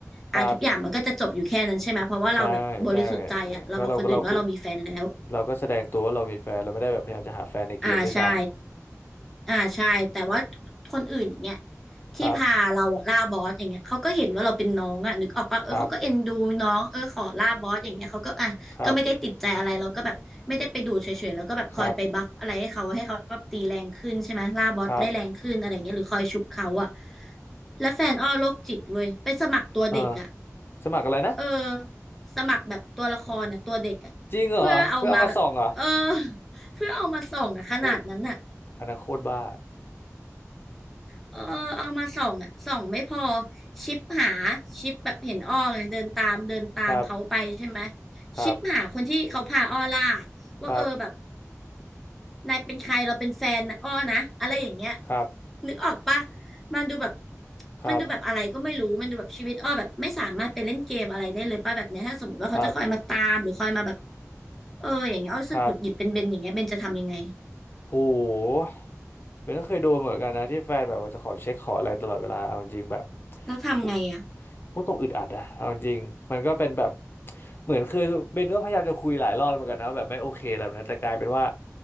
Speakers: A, in the centre; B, on the left (about 40°).
A: อ่ะทุกอย่างมันก็จะจบอยู่แค่นั้นใช่ไหมเพราะว่าเราแบบบริสุทธิ์ใจอะเราบอกคนอื่นว่าเรามีแฟนแล้ว
B: ครับใช่ใช่เออก็เรา เราเราก็แสดงตัวว่าเรามีแฟน เราไม่ได้แบบพยายามจะหาแฟนในเกมด้วยซ้
A: อ่าใช่อ่าใช่แต่ว่าคนอื่นอย่างเงี้ย
B: ำครับ
A: ที่พาเราอะล่าบอสอย่างเงี้ยเขาก็เห็นว่าเราเป็นน้องอะนึกออกปะเออเขาก็เอ็นดูน้องเออขอล่าบอสอย่างเงี้ยเขาก็อ่ะก็ไม่ได้ติดใจอะไรเราก็แบบไม่ได้ไปดูเฉยๆแล้วก็แบบคอยไปบัฟอะไรให้เขาให้เขาแบบตีแรงขึ้นใช่ไหมล่าบอสได้แรงขึ้นอะไรเงี้ยหรือคอยชุบเขาอะ
B: ครับครับครับครับ
A: แล้วแฟนอ้อโรคจิตเว้ยไปสมัครตัวเด็กอะ
B: เออสมัครอะไรนะ
A: เออสมัครแบบตัวละครน่ะตัวเด็กอ่ะเพื่อเอามาแบบเออ
B: จริงเหรอเพื่อเอามาส่องเหรอ
A: <laughs> เพื่อเอามาส่องอ่ะขนาดนั้นน่ะ
B: โคตรอันนั้นโคตรบ้า
A: เออเอามาส่องอ่ะส่องไม่พอชิปหาชิปแบบเห็นอ้อไงเดินตามเดินตามเขาไปใช่ไหม
B: ครับครับ
A: ชิปหาคนที่เขาพาอ้อล่าว่าเออแบบ
B: ครับ
A: นายเป็นใครเราเป็นแฟนนะอ้อนะอะไรอย่างเงี้ย
B: ครับ
A: นึกออกปะมันดูแบบ
B: ครับ
A: มันดูแบบอะไรก็ไม่รู้มันดูแบบชีวิตอ้อแบบไม่สามารถไปเล่นเกมอะไรได้เลยป่ะแบบเนี้ยถ้าสมมติว่าเขาจะคอยมาตามหรือคอยมาแบบ
B: ครับ
A: เอออย่างเงี้ยเอารู้สึกหงุดหงิดเป็นเบนอย่างเงี้ยเบนจะทำยังไง
B: ครับ โหเบนก็เคยโดนเหมือนกันนะที่แฟนแบบว่าจะขอเช็คขออะไรตลอดเวลาเอาจริงแบบ
A: แล้วทำไงอ่ะ
B: พูพูดตรงอึดอัดนะเอาจริงมันก็เป็นแบบเหมือนเคยเบนก็พยายามจะคุยหลายรอบเหมือนกันนะว่าแบบไม่โอเคอะไรแบบนั้นแต่กลายเป็นว่า